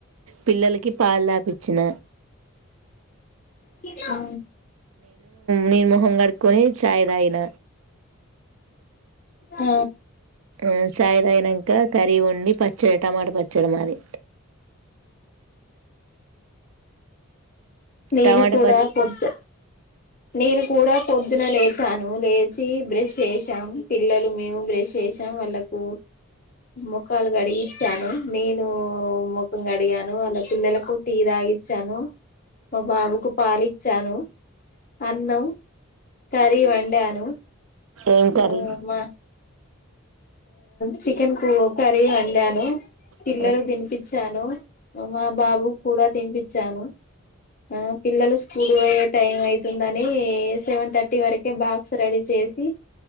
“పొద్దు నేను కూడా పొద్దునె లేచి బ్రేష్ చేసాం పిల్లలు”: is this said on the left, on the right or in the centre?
Left